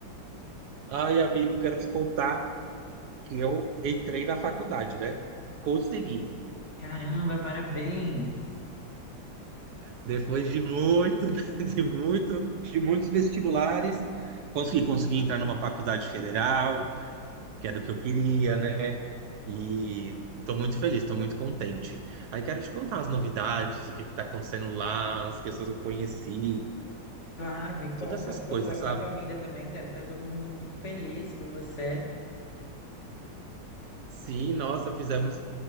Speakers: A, on the right (about 70°); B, on the left (about 45°).
A: Ai, amigo, quero te contar que eu entrei na faculdade, né? Consegui.
B: Caramba, parabéns!
A: Depois de muito, <laughs> de muito, de muitos vestibulares, consegui, consegui entrar numa faculdade federal, que era o que eu queria, né? E tô muito feliz, tô muito contente. Aí quero te contar as novidades, o que que tá acontecendo lá, as pessoas que eu conheci,
B: Claro, me conta,
A: todas essas
B: por favor.
A: coisas,
B: Sua
A: sabe?
B: família também deve estar todo mundo muito feliz por você.
A: Sim, nossa, fizemos